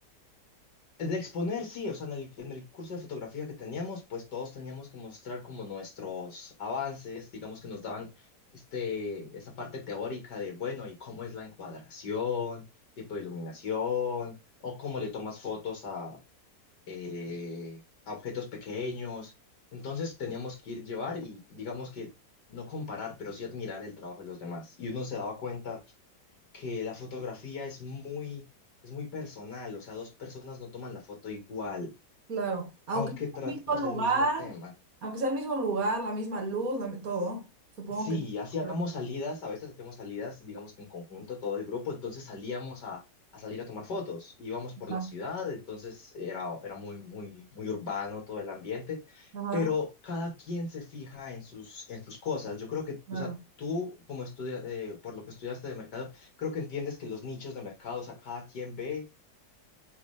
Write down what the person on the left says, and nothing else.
De exponer, sí, o sea, en el, en el curso de fotografía que teníamos, pues todos teníamos que mostrar como nuestros avances, digamos que nos daban este, esta parte teórica de, bueno, y cómo es la encuadración, tipo de iluminación, o cómo le tomas fotos a, eh, a objetos pequeños. Entonces teníamos que ir llevar y digamos que no comparar, pero sí admirar el trabajo de los demás. Y uno se daba cuenta que la fotografía es muy, es muy personal, o sea, dos personas no toman la foto igual,
aunque
tratemos
el mismo tema.
Sí,
hacíamos
salidas, a veces hacíamos salidas, digamos que en conjunto, todo el grupo, entonces salíamos a, a salir a tomar fotos, íbamos por
la ciudad, entonces era, era muy, muy, muy urbano todo el ambiente,
pero cada quien se fija en sus, en sus cosas. Yo creo que,
o sea, tú como estudia, eh, por lo que estudiaste de mercado, creo que entiendes que los nichos de mercado, o sea, cada quien ve